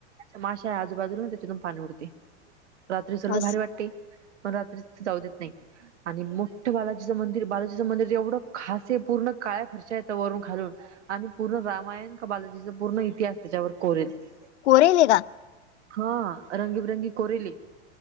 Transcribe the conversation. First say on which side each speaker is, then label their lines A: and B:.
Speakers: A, on the right; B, on the left.
A: माशा आजूबाजूला त्याच्यातून पाणी उडते रात्रीच लय
B: अस
A: भारी वाटते पण रात्री जाऊ देत नाही. आणि मोठं बालाजीचं मंदिर बालाजीचं मंदिर एवढं खास पूर्ण काळ्या फरच्या येतं वरून खालून आणि पूर्ण रामायण का बालाजीच पूर्ण इतिहास त्याच्यावर कोरेलय
B: कोरेलय का?
A: हा रंगीबिरंगी कोरेलय